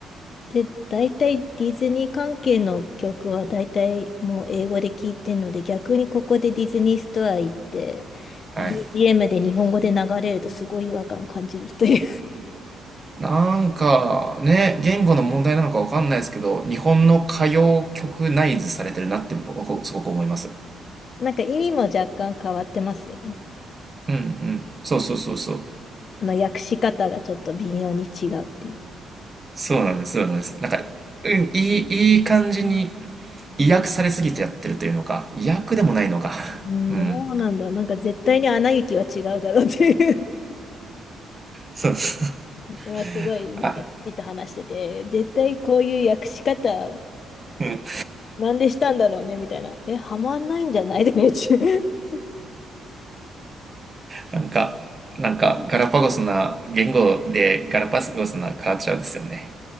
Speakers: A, on the left (about 50°); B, on the right (about 30°).
A: で、大体ディズニー関係の曲は大体もう英語で聞いてるので、逆にここでディズニーストア行って、
B: はい。
A: BGM で日本語で流れるとすごい違和感を感じるという
B: なんかね、言語の問題なのかわかんないですけど、日本の歌謡曲ナイズされてるなって僕はすごく思います。
A: <laughs> なんか意味も若干変わってますよね。
B: うん、うん。そうそうそうそう。
A: あの訳し方がちょっと微妙に違うっていう。
B: そうなんです、そうなんです。なんか、うん、いい、いい感じに威訳されすぎてやってるというのか、威訳でもないのか。<laughs>
A: うん、
B: うん。
A: どうなんだろう。なんか絶対にアナ雪は違うだろうっていう
B: そうそう。
A: <laughs> うわすごいなんか父と話してて、
B: <laughs> あ、
A: 絶対こういう訳し方
B: うん。
A: なんでしたんだろうねみたいな。え、はまんないんじゃないで <laughs>
B: なんか、なんか、ガラパゴスな言語でガラパゴスなカルチャーですよね。